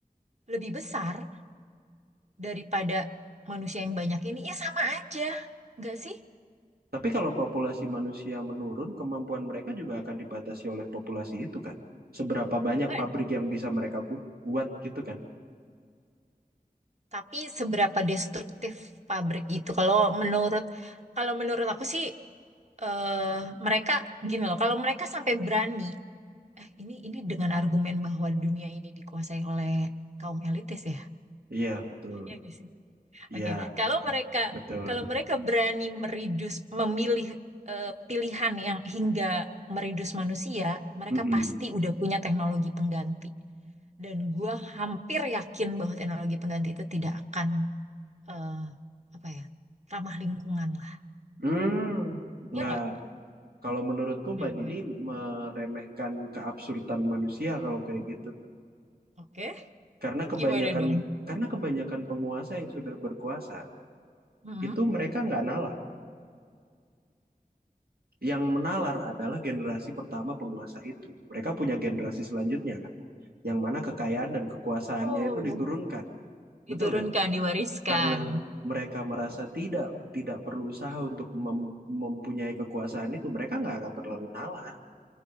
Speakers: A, on the right; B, on the right.
A: lebih besar daripada manusia yang banyak ini, ya sama aja, nggak sih?
B: Tapi kalau populasi manusia menurun, kemampuan mereka juga akan dibatasi oleh populasi itu kan. Seberapa banyak
A: Nggak
B: pabrik yang bisa mereka bu- buat gitu kan?
A: Tapi seberapa destruktif pabrik itu? Kalau menurut kalau menurut aku sih eh mereka gini loh, kalau mereka sampai berani eh ini ini dengan argumen bahwa dunia ini dikuasai oleh kaum elitis ya.
B: Iya, betul.
A: Iya nggak sih?
B: Iya,
A: Oke, kalau mereka
B: betul.
A: kalau mereka berani meridus memilih eh, pilihan yang hingga meridus manusia, mereka
B: Mm-mm.
A: pasti udah punya teknologi pengganti. Dan gua hampir yakin bahwa teknologi pengganti itu tidak akan eh, apa ya ramah lingkungan lah
B: Hmm, nggak.
A: ya nggak
B: Kalau menurutku
A: Gimana
B: Mbak Dini
A: gimana?
B: meremehkan keabsurdan manusia kalau kayak gitu.
A: Oke,
B: Karena kebanyakan
A: gimana dong?
B: karena kebanyakan penguasa yang sudah berkuasa
A: Mm-mm.
B: itu mereka nggak nalar. Yang menalar adalah generasi pertama penguasa itu. Mereka punya generasi selanjutnya kan, yang mana kekayaan dan kekuasaannya
A: Oh,
B: itu diturunkan,
A: diturunkan,
B: betul kan?
A: diwariskan.
B: Karena mereka merasa tidak tidak perlu usaha untuk mem- mempunyai kekuasaan itu, mereka nggak akan terlalu nalar.